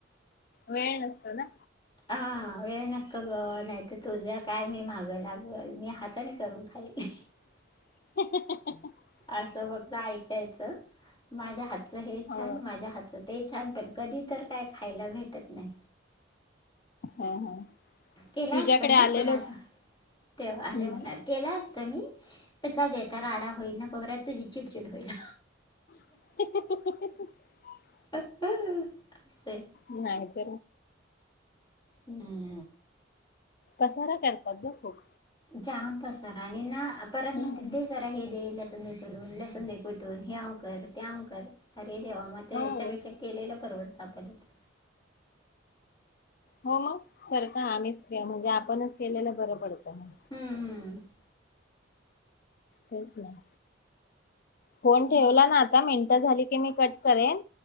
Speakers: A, on the left; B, on the left.
A: वेळ नसत ना
B: हा वेळ नसतो ग नाही तर तुझ्या काय मी माझं काय मी हाताने करून खाईल
A: <inaudible>
B: असं फघत ऐकायचं माझ्या हात ह हे
A: हो
B: छान माझ्या हातच ते छान पण कधी तर काय खायला भेटत नाही
A: हा हा
B: केला
A: तुझ्याकडे
B: असत मी
A: आलेलो
B: पण आता तेव्हा
A: हम्म
B: असे म्हणाल केला असतं मी पण द देता राडा होईल ना पत तुझी चिडचिड होईल
A: <unintelligible>
B: अ अस असे
A: नाहीन त
B: हम्म
A: कसारा करतात ना खूप
B: जाम पसार आणि ना परत
A: हम्म
B: म्हण ते झा हे दे लसलून लस दे कुठून हे अ कर तेव कर अरे देवा म त्याच्यापेक्षा
A: हो
B: केलेला परवड कापत होत
A: हो मग सरख आम्हीच म्हणजे आपणच केलेलं बरं पडतं मग
B: हम्म हम
A: तेच नाही फोन ठेवला
B: मग
A: ना आता मिनटं झाली की मी कट करेन